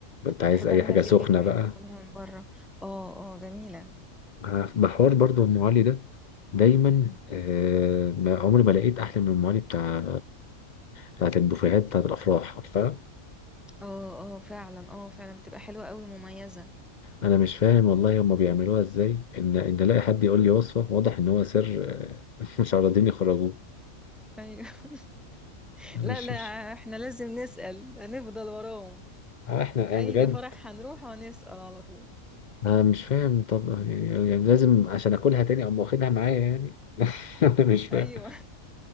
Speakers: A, on the left; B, in the centre.
A: انت عايز
B: بحب
A: اي
B: اعملها
A: حاجه
B: في
A: سخنه
B: البيت وبحب
A: بقى
B: اكلها من بره اه اه جميلة
A: آه، محور برضو ام علي ده دايما
B: مم.
A: آه ما عمري ما لقيت احلى من ام علي بتاع بتاعت البوفيهات بتاعت الافراح عارفه
B: اه اه فعلا اه فعلا بتبقى حلوة قوي مميزة
A: انا مش فاهم والله هما بيعملوها ازاي ان ان الاقي حد يقول لي وصفه واضح ان هو سر <laughs> آه، مش عارضين يخرجوه
B: ايوه <laughs>
A: مش
B: لا لا
A: مش
B: احنا لازم نسأل نفضل وراهم
A: آه، احنا يعني
B: اي
A: بجد
B: فرح هنروح هنسأل على طول
A: انا مش فاهم طب يعني, يعني لازم عشان اكلها تاني اقوم واخدها معايا يعني <laughs> مش فاهم
B: ايوه